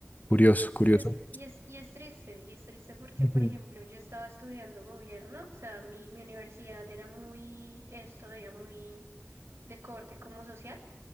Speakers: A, on the left; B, on the right.
A: Curioso, curioso.
B: Sí, es, y es, y es triste, y es triste porque,
A: Ujú,
B: por ejemplo, yo estaba estudiando gobierno, o sea, mi, mi universidad era muy, es todavía muy de corte como social,